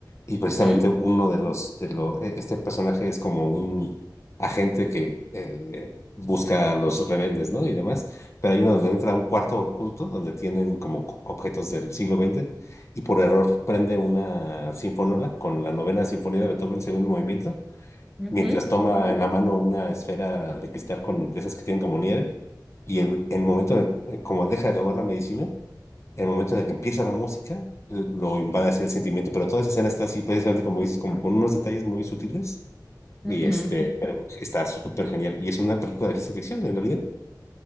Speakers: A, on the left; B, in the centre.
A: Y precisamente
B: ujú,
A: uno de los, de lo, e- este personaje es como un agente que eh, busca a los rebeldes, ¿no? Y demás. Pero hay uno donde entra a un cuarto oculto donde tienen como co- objetos del siglo veinte y por error prende una sinfonola con la novena sinfonía de Beethoven, segundo movimiento,
B: ujú,
A: mientras toma en la mano una esfera de cristal con de esas que tienen como nieve. Y el- en el momento de, eh, como deja de tomar la medicina, en el momento en el que empieza la música, l- lo invade así el sentimiento. Pero toda esa escena está así, precisamente como dices, como con unos detalles muy sutiles.
B: ujú.
A: Y este, pero está súper genial. Y es una película de ciencia ficción, en realidad.